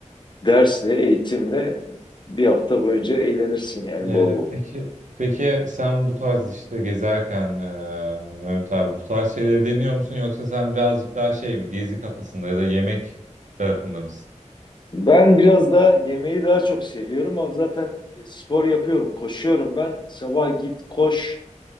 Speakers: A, on the left; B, on the right.
A: dersle, eğitimle bir hafta boyunca eğlenirsin yani
B: e,
A: bol bol.
B: peki peki sen bu tarz işte gezerken e, Mehmet abi bu tarz şeyleri deniyor musun yoksa sen birazcık daha şey mi gezi kafasında ya da yemek tarafında mısın?
A: Ben biraz daha yemeği daha çok seviyorum ama zaten e, spor yapıyorum, koşuyorum ben. Sabah git koş.